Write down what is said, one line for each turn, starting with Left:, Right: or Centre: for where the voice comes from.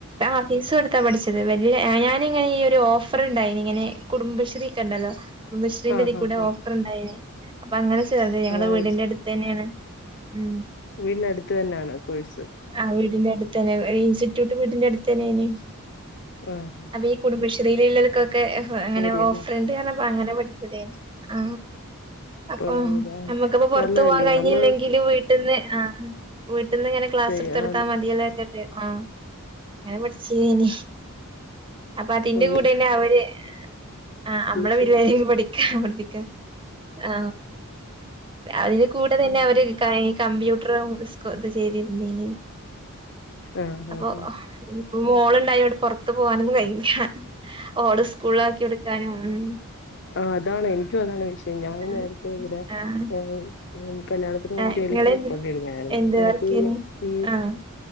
Right: ആ ഫീസ് കൊടുത്താ പഠിച്ചത് വലിയ ഞാനിങ്ങനെ ഈ ഒരു ഓഫർ ഉണ്ടായിനിങ്ങനെ കുടുംബശ്രീ ക്കണ്ടല്ലോ കുടുംബശ്രീന്റെതി
Left: ആ
Right: കൂടെ
Left: ആ ആ
Right: ഓഫർ ഉണ്ടായിന് അപ്പൊ അങ്ങനെ ചേർന്ന് ഞങ്ങടെ
Left: അങ്ങനെ
Right: വീടിന്റെ അടു- തന്നെയാണ് ഉം
Left: വീടിനടുത്തന്നാണ് കോഴ്സ്
Right: ആ വീടിന്റെ അടുത്തന്നെ എയ് ഇൻസ്റ്റിറ്റ്യൂട്ട് വീടിന്റെ അടുത്തന്നെയാണ്
Left: ആഹാ
Right: ഈ കുടുംബശ്രീയിലുള്ളള്ളക്കൊക്കെ ങ്ങനെ
Left: കാര്യല്ലേ
Right: ഓഫർണ്ട്ന്ന് പറഞ്ഞപ്പോ അങ്ങനെ പ- ആ
Left: ഇപ്പതാ
Right: അപ്പ നമ്മക്ക്പ്പ പുറത്ത്
Left: നല്ലതല്ലേ
Right: പോവാൻ കയിഞ്ഞില്ലെങ്കിലു
Left: നമ്മള്
Right: വീ- ട്ടിന്ന് ആ വീട്ടിന്ന് ഇങ്ങനെ ക്ലാസ്
Left: ചെയ്യാൻ
Right: എടുത്ത്കൊടുത്താ മതിയല്ലോ വെച്ചിട്ട് ആ അങ്ങനെ പഠിച്ചിനീ അപ്പൊ അതിന്റെ
Left: ഒന്ന്
Right: കൂടെന്നെ അവര് ആ അമ്മള്
Left: ട്യൂഷൻ
Right: വരുവായി <unintelligible> പഠിക്കാ പഠിപ്പിക്ക- ആ അതിൽ കൂടെതന്നെ
Left: ആഹ്
Right: അവര് കൈ കമ്പ്യൂ- ട്റും സ്കോ ഇത് ചെയ്തിരുന്നിനി
Left: ആഹ്
Right: അപ്പൊ
Left: ആഹ് ആഹ്
Right: മോളുണ്ടായോണ്ട് പുറത്ത് പോവാനൊന്നും കഴിയില്ലാ ഓള് സ്കൂളാക്കി കൊടുക്കാനും ഉം
Left: ആ അതാണ് എനിക്കും അതാണ് വിഷയം ഞാൻ
Right: ആഹ്
Left: നേരത്തെ ഇവിടെ
Right: ആഹ്
Left: ആ ഉം കല്യാണത്തിന് മുമ്പ്
Right: ഏഹ്
Left: ജോലിക്ക്
Right: ഇങ്ങള്
Left: പോയിക്കൊണ്ടിരുന്നായിരുന്നു
Right: എന്ത് എന്ത്
Left: മറ്റേ
Right: വർക്കേനി
Left: <unintelligible> ഈ
Right: ആഹ്